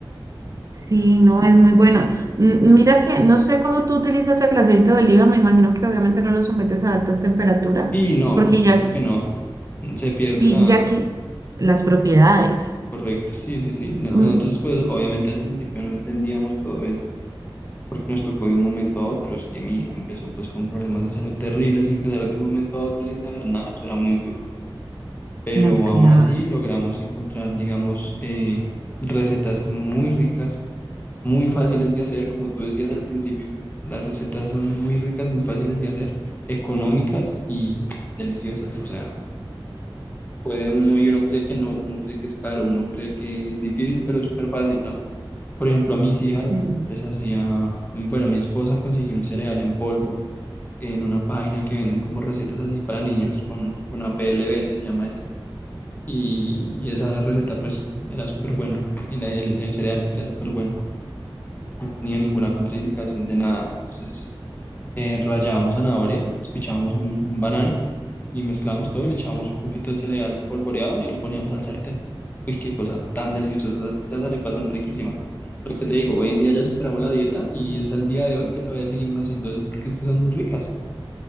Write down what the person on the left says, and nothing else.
Y no,
por supuesto
que no, se pierde
la...
Correcto, sí, sí, sí. No,
Nosotros pues obviamente al principio no entendíamos todo eso, porque nos tocó de un momento a otro, es que mi hija empezó pues con problemas de salud terribles y empezar de un momento a otro sin saber nada, eso era muy duro. pero
aún así logramos encontrar, digamos, eh, recetas muy ricas, muy fáciles de hacer, como tú decías al principio. Las recetas son muy ricas, muy fáciles de hacer, económicas y deliciosas. O sea, puede uno y uno cree que no, uno cree que es caro, uno cree que es difícil, pero es súper fácil, ¿no? Por ejemplo, a mis hijas
les hacía, bueno, mi esposa consiguió un cereal en polvo en una página que venden como recetas así para niños con, con a p l APLV, se llama y, y esa receta pues era súper buena, y la- el, el cereal era súper bueno, no tenía ninguna contraindicación de nada, entonces eh, rallábamos zanahoria, despichábamos un, un banano y mezclábamos todo y le echábamos un poquito de cereal espolvoreado y lo poníamos al sartén. Uy, qué cosa tan deliciosa, esas arepas son riquísimas. Lo que te digo, hoy en día ya superamos la dieta y es el día de hoy que todavía seguimos haciendo eso porque es que son muy ricas